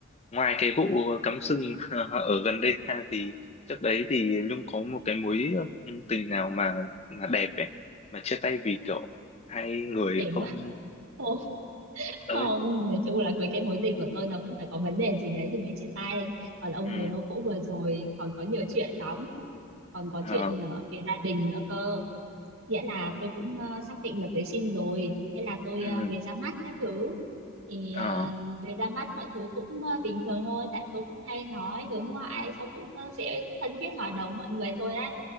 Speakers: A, on the left; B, on the right.
A: ngoài cái vụ cắm sừng <laughs> ở gần đây ra thì trước đấy thì Nhung có một cái mối ừ, tình nào mà mà đẹp ấy mà chia tay vì kiểu hai người
B: thế
A: không
B: mà <laughs> không
A: ơi
B: không nói chung là với cái mối tình của tôi nó cũng phải có vấn đề gì đấy thì mới chia tay còn ông
A: ừ
B: người yêu cũ vừa rồi còn có nhiều chuyện lắm còn có
A: ờ
B: chuyện ờ, về gia đình nữa cơ nghĩa là tôi cũng ờ, xác định là cưới xin rồi thế là tôi
A: ừ
B: ờ, về ra mắt các thứ thì
A: ờ
B: ờ, về ra mắt mọi thứ cũng ờ, bình thường thôi tại tôi cũng hay nói hướng ngoại sau cũng ờ, sẽ thân thiết hòa đồng mọi người thôi á